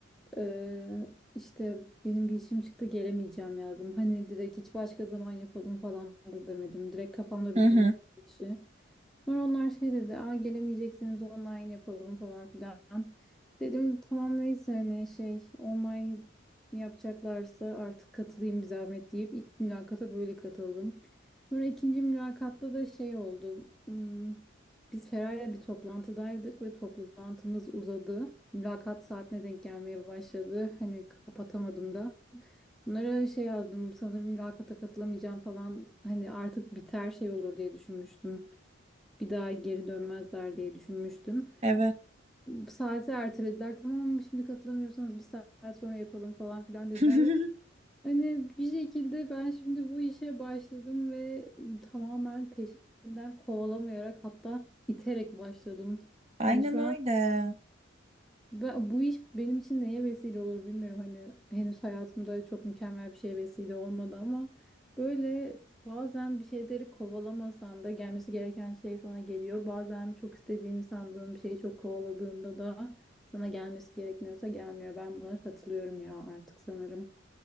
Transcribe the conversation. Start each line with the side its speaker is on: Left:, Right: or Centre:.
Centre: Ee, işte benim bir işim çıktı gelemeyeceğim yazdım. Hani direkt hiç başka zaman yapalım falan da demedim. Direkt kafamda
Right: Hı
Centre: bitirmiştim
Right: hı,
Centre: işi. Sonra onlar şey dedi, Aa, gelemeyecekseniz online yapalım falan filan. Dedim tamam neyse hani şey online yapacaklarsa artık katılayım bir zahmet deyip ilk mülakata böyle katıldım. Sonra ikinci mülakatta da şey oldu. Hmm, Biz Feray'la bir toplantıdaydık ve toplantımız uzadı. Mülakat saatine denk gelmeye başladı. Hani kapatamadım da. Bunlara şey yazdım sanırım mülakata katılamayacağım falan hani artık biter şey olur diye düşünmüştüm bir daha geri dönmezler diye düşünmüştüm.
Right: evet.
Centre: Saati ertelediler. Tamam ama şimdi katılamıyorsanız bir saat sonra yapalım falan filan dediler.
Right: <laughs>
Centre: Ve hani bir şekilde ben şimdi bu işe başladım ve tamamen peşinden kovalamayarak hatta iterek başladım.
Right: Aynen
Centre: Hani şu
Right: öyle.
Centre: an ben, bu iş benim için neye vesile olur bilmiyorum. Hani henüz hayatımda çok mükemmel bir şeye vesile olmadı ama böyle bazen bir şeyleri kovalamasan da gelmesi gereken şey sana geliyor. Bazen çok istediğini sandığın bir şeyi çok kovaladığında da sana gelmesi gerekmiyorsa gelmiyor. Ben buna katılıyorum ya artık sanırım.